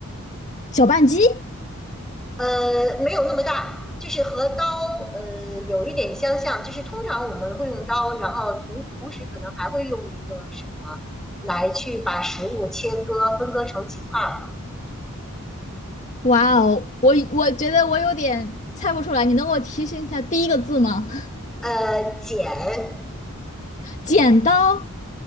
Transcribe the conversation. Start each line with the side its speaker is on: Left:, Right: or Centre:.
Left: 搅拌机？
Centre: 呃，没有那么大，就是和刀呃有一点相像，就是通常我们会用刀，然后同同时可能还会用一个什么来去把食物切割分割成几块儿。
Left: 哇哦，我我觉得我有点猜不出来，你能给我提醒一下第一个字吗？
Centre: 呃，剪，
Left: <laughs> 剪刀。